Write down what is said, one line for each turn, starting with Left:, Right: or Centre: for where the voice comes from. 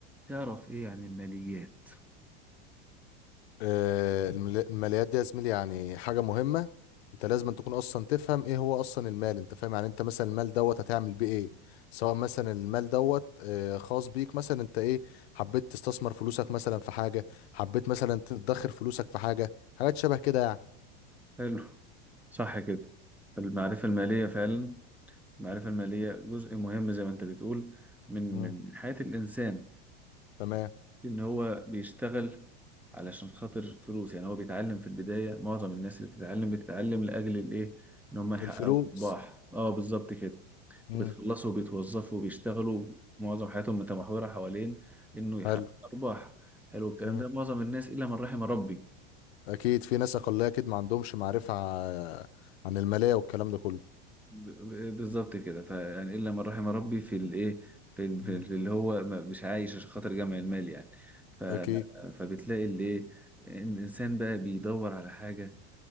Centre: تعرف إيه عن الماليات؟
Left: آه، المل- الماليات دي يا زميلي يعني حاجة مهمة انت لازم تكون اصلا تفهم ايه هو اصلا المال انت فاهم يعني انت مثلا المال دوت هتعمل بيه ايه سواء مثلا المال دوت آه، خاص بيك مثلا انت ايه حبيت تستثمر فلوسك مثلا في حاجة حبيت مثلا تدخر فلوسك في حاجة حاجات شبه كده يعني
Centre: حلو صح كده المعرفة المالية فعلا المعرفة المالية جزء مهم زي ما انت بتقول من
Left: مم.
Centre: من من حياة الإنسان
Left: تمام
Centre: إن هو بيشتغل علشان خاطر فلوس يعني هو بيتعلم في البداية معظم الناس اللي بتتعلم بتتعلم لأجل الإيه إن هم يحققوا
Left: الفلوس
Centre: أرباح اه بالظبط كده
Left: مم.
Centre: وبتخلصوا وبيتوظفوا وبيشتغلوا معظم حياتهم متمحورة حوالين إنه يحقق
Left: حلو
Centre: أرباح حلو الكلام
Left: مم.
Centre: ده معظم الناس إلا من رحم ربي
Left: اكيد في ناس اقلية اكيد ما عندهمش معرفة ع- عن المالية والكلام ده كله
Centre: ب- ب- بالظبط كده فيعني الا من رحم ربي في الايه في, ال-
Left: مم.
Centre: في, ال- في اللي هو ما- مش عايش عشان خاطر جمع المال يعني ف
Left: اكيد
Centre: فبتلاقي اللي ايه إن الانسان بقى بيدور على حاجه